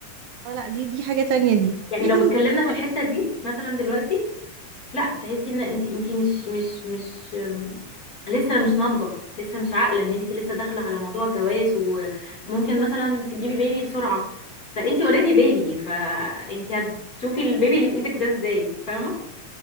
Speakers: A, on the right; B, on the left.
A: اه لا دي دي حاجه تانية دي <laughs>
B: يعني
A: دي
B: لو
A: حاجه
B: اتكلمنا في
A: خالص
B: الحته دي مثلا دلوقتي لا تحسي ان انت انت مش مش مش أم، لسه مش ناضجه لسه مش عاقله ان انت لسه داخله على موضوع جواز وممكن مثلا تجيبي بيبي بسرعه فانت اوريدي بيبي فانت هتشوفي البيبي اللي في ايدك ده ازاي فاهمه